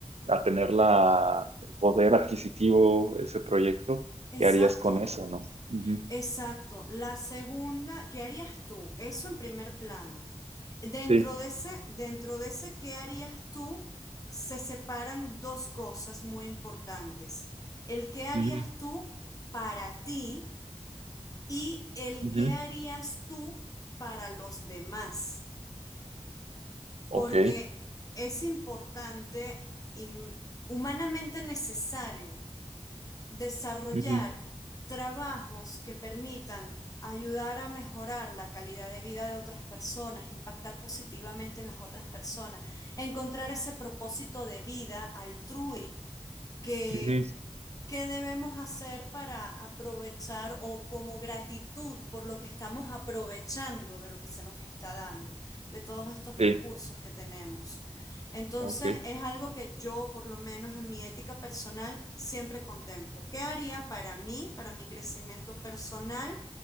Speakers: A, on the right; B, on the left.
A: a tener la, el poder adquisitivo ese proyecto?
B: exacto,
A: ¿Qué harías con eso, no? Ujú,
B: Exacto. La segunda, ¿qué harías tú? Eso en primer plano. Dentro
A: Sí.
B: de ese, dentro de ese, ¿qué harías tú? Se separan dos cosas muy importantes. El qué harías
A: Ujú,
B: tú para ti y el
A: ujú,
B: qué harías tú para los demás,
A: Ok.
B: porque es importante y humanamente necesario desarrollar
A: Ujú,
B: trabajos que permitan ayudar a mejorar la calidad de vida de otras personas, impactar positivamente en las otras personas, encontrar ese propósito de vida altrui que
A: ujú,
B: ¿Qué debemos hacer para aprovechar o como gratitud por lo que estamos aprovechando de lo que se nos está dando, de todos estos recursos
A: Sí.
B: que tenemos? Entonces,
A: Ok.
B: es algo que yo, por lo menos en mi ética personal, siempre contemplo. ¿Qué haría para mí, para mi crecimiento personal,